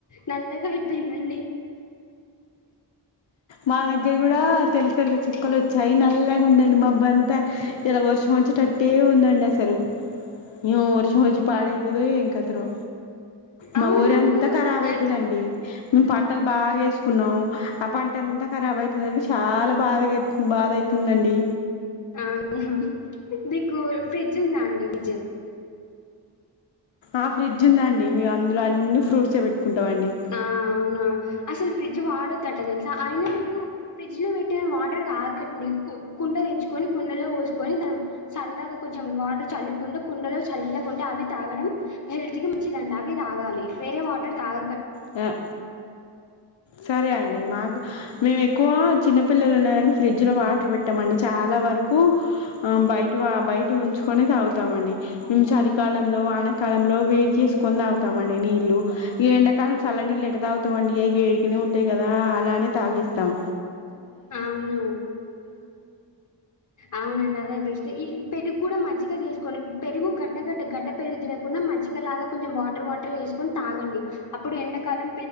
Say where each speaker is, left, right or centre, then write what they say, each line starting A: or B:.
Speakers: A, on the left; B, on the left.
A: నల్లగా అయిపోయిందండి
B: మా దగ్గర కూడా తెల్ల తెల్ల చుక్కలు వచ్చాయి నల్లగుందండి మబ్బంతా ఏదో వర్షం ఒచ్చేటట్టే ఉందండి అసలు ఈ వర్షం ఒచ్చి పాడయితదో ఏంకతనో మా
A: అవునండి
B: ఊరి అంతా
A: మీకు
B: కరాబ్ ఐతదండి
A: ఏ,
B: మేం పం టలు బాగా ఏసుకున్నావ్ ఆ పం ట్ట అంత కరాబ్ ఐతదని చాలా బాధగై బాధ ఐతుందండి
A: అవు దికు ఫ్రిడ్జ్ ఉంద అండి ఫ్రిడ్జ్
B: ఆ ఫ్రిడ్జ్ ఉందా అండి మేం అందులో అన్ని ఫ్రూట్సే వెట్టుకుంట మండీ
A: ఆ, అవునా అసలు ఫ్రిడ్జ్ వాడొద్దట దెల్సా ఐనా మీరు ఫ్రిడ్జ్లో పెట్టిన వాటర్ తాక ని కు కుండ తెచ్చుకొని కుండలో పోసుకొని త చల్లగా కొంచెం వాటర్ చల్లికుండా కుండలో చల్లకుండా అవి తాగడం హెల్త్ కి మంచి దండ అవి తాగాలి వేరే వాటర్ తాగ
B: అ సరే అండి మాకు మేము ఎక్కువ చిన్నపిల్లలు ఉన్నారండి ఫ్రిడ్జ్లో వాటర్ పెట్టమండి చాలా వరకు బయట బయట ఉంచుకునేది తాగుతామండి మేము చలికాలంలో వానకాలంలో వేడి చేసుకొని తాగుతామండి నీళ్ళు ఈ ఎండ కానీ చల్లనీళ్ళు ఎట్ట తాగుతామండి అవి వేడిగానే ఉంటాయి కదా అలానే తాగిస్తాం
A: అవునా అవునండి అదే బెస్ట్ ఇ పెరుగు కూడా మజ్జిగ మ చేసుకొని పెరుగు గడ్డగడ్డ గడ్డ పెరుగు తినకుండా మజ్జిగ లాగా కొంచెం వాటర్ వాటర్ వేసుకొని తాగండి అప్పుడు ఎండకాలం